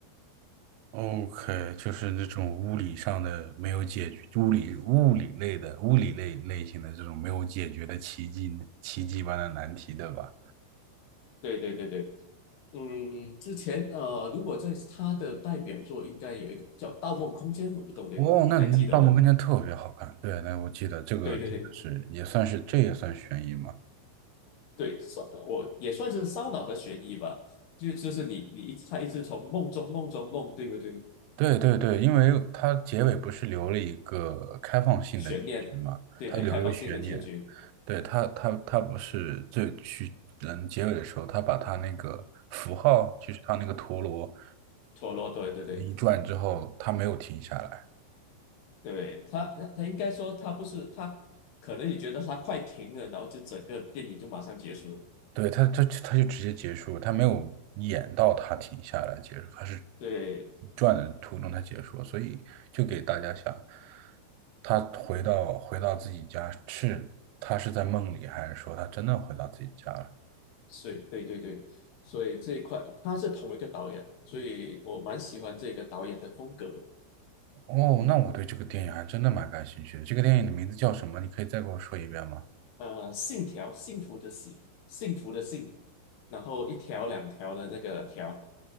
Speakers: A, on the right (about 85°); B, on the left (about 70°).
A: OK，就是那种物理上的没有解决，物理物理类的物理类类型的这种没有解决的奇迹奇迹般的难题，对吧？
B: 对对对对，嗯，之前呃，如果在他的代表作应该有一个叫《盗梦空间》，我不懂这个，
A: 哦，那你《盗梦空间》特别好看，
B: 你还记得吧？
A: 对，那我记得这个真的是也算是这也算悬疑嘛？
B: 对对对，对，算我也算是烧脑和悬疑吧，就就是你你一他一直从梦中梦中梦，对不对？
A: 对对对，因为它结尾不是留了一个开放性的结局嘛，
B: 悬念，对对，
A: 它留了个悬念，
B: 开放性的结局，
A: 对，他，他他不是最去嗯结尾的时候，他把他那个符号，就是他那个陀螺
B: 陀螺，对对对
A: 一一转之后，他没有停下来，
B: 对，他他应该说他不是他，可能你觉得他快停了，然后就整个电影就马上结束，
A: 对他，他他就直接结束他没有演到他停下来结束，他是
B: 对，
A: 转的途中他结束所以就给大家想，他回到回到自己家是他是在梦里，还是说他真的回到自己家了？
B: 所以对对对，所以这一块他是同一个导演，所以我蛮喜欢这个导演的风格的，
A: 哦，那我对这个电影还真的蛮感兴趣的。这个电影的名字叫什么？你可以再给我说一遍吗？
B: 呃，信条，幸福的幸，幸福的幸，然后一条两条的那个条。